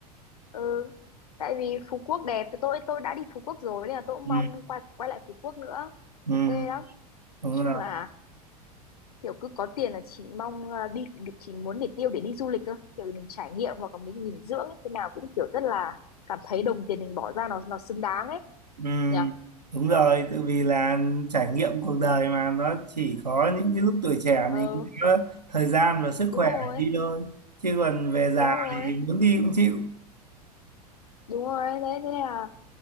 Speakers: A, on the left; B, on the right.
A: ừ, tại vì Phú Quốc đẹp tôi tôi đã đi Phú Quốc rồi nên là tôi cũng
B: ừ.
A: mong quay quay lại Phú Quốc nữa.
B: Ừ.
A: Ok lắm.
B: đúng
A: Nói chung
B: rồi
A: là kiểu cứ có tiền là chỉ mong ờ, đi chỉ muốn để tiêu để đi du lịch thôi kiểu mình trải nghiệm hoặc là mình nghỉ dưỡng ấy, thế nào cũng kiểu rất là cảm thấy đồng tiền mình bỏ ra nó nó xứng đáng ấy
B: ừ.
A: nhỉ
B: đúng rồi tự vì là trải nghiệm cuộc đời mà nó chỉ có những cái lúc tuổi trẻ
A: ờ
B: mình có thời gian và sức
A: đúng
B: khỏe
A: rồi
B: để đi thôi chứ còn về già
A: đúng rồi
B: thì muốn đi cũng chịu
A: đúng rồi đấy thế là